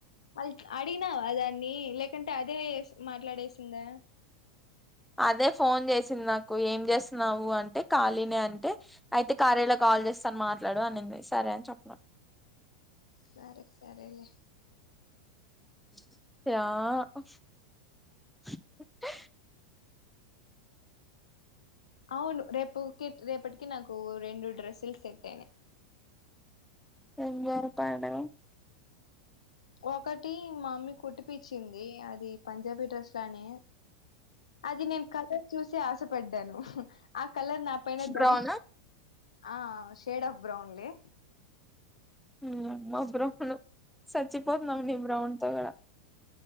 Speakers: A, on the left (about 85°); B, in the centre.
A: అల్ట్ అడిగినావా దాన్ని లేకుంటే అదేస్ మాట్లాడేసిందా.
B: అదే ఫోన్ చేసింది నాకు ఏం చేస్తున్నావు అంటే ఖాళీని అంటే అయితే కార్యల క కాల్ జేస్ తను మాట్లాడు అనింది సరే అని చెప్న్నా
A: సరే సరేలే
B: ఆ
A: అవును రేపుట్ కి రేపటికి నాకు రెండు డ్రెస్సులు సెట్ ఐనయ్
B: ఏం జరుపండి
A: ఒకటి మమ్మీ కుట్పిచ్చింది అది పంజాబీ డ్రెస్ లానే అది నేను కలర్ చూసి ఆసపడ్డాను ఆ కలర్ నా పైన
B: బ్రౌనా
A: దరి ఆ షేడ్ ఆఫ్ బ్రౌన్లే
B: ఆ మా బ్రౌను సచ్చిపోతునాం నీ బ్రౌన్ తో కదా.